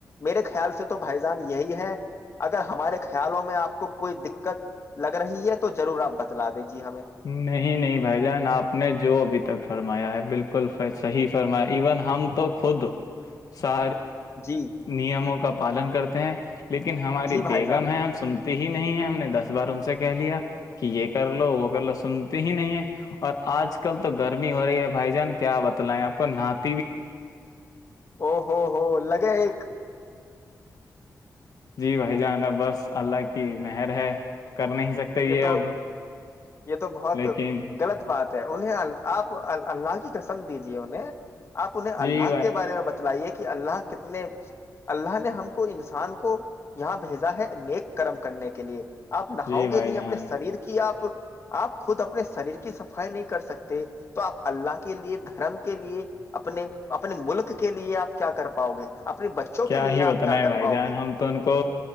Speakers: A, on the left (about 45°); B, on the left (about 65°).
A: میرے خیال سے تو بھائی جان یہی ہے اگر ہمارے خیالوں میں آپ کو کوئی دقت لگ رہی ہے تو ضرور آپ بتلا دیجیے ہمیں
B: نہیں نہیں بھائی جان آپ نے جو ابھی تک فرمایا ہے بالکل صحیح س میں ایون ہم تو خود سا
A: جی
B: نیموں کا پالن کرتے ہیں لیکن ہماری
A: جی بھائی
B: بیگم
A: جان
B: ہے ہم سن ہی نہیں ہے ہم نے دس بار ان سے کہہ لیا کہ یہ کر لو وہ کر لو <unintelligible> سنتے ہی نہیں ہے اور آج کل تو گرمی ہو رہی ہے بھائی جان کیا بتلائیں آپ کو نہات
A: او ہو ہو لگے ایک
B: جی بھائی جانا بس اللہ کی مہر ہے کر نہیں سکتے
A: یہ تو
B: اب
A: یہ تو بہت
B: لیکن
A: غلط بات ہے انہیں آپ اللہ کی قسم دیجیے انہیں آپ انہیں
B: جی
A: اللہ
B: بھائی
A: کے بارے میں بتا لائیے کہ اللہ کتنے اللہ نے ہم کو انسان کو یہاں بھیجا ہے نیک کرم کرنے کے لیے آپ نہ
B: جی
A: ؤ
B: بھائی
A: گے نہیں
B: جان
A: اپنے شریر کی آپ آپ خود اپنے شریر کی صفائی نہیں کر سکتے تو آپ اللہ کے لیے دھرم کے لیے اپنے اپنے ملک کے لیے آپ کیا کر پاؤ گے اپنے بچوں
B: کیا
A: کے لیے
B: ہی بتنا
A: آپ کیا
B: ہے
A: کر
B: بھائی
A: پاؤ
B: جان
A: گے
B: ہم تو ان کو